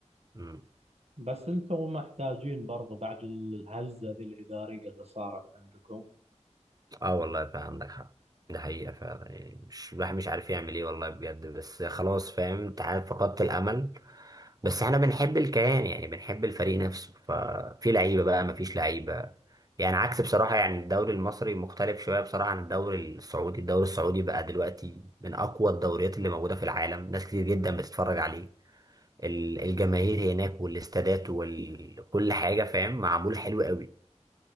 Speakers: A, on the right; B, on the right.
A: مم.
B: بس انتم محتاجين برضو بعد الهزة ذي الإدارية اللي صارت عندكم
A: اه والله فعلا عندك حق ده حقيقة فعلا يعني مش الواحد مش عارف يعمل ايه والله بجد بس خلاص فاهم انت عارف فقدت الأمل بس احنا بنحب الكيان يعني بنحب الفريق نفسه ففي لعيبة بقى مفيش لعيبة يعني عكس بصراحة يعني الدوري المصري مختلف شوية بصراحة عن الدوري السعودي الدوري السعودي بقى دلوقتي من أقوى الدوريات اللي موجودة في العالم ناس كتير جدا بتتفرج عليه ال- الجماهير هناك والاستادات وكل حاجة فاهم معمول حلو قوي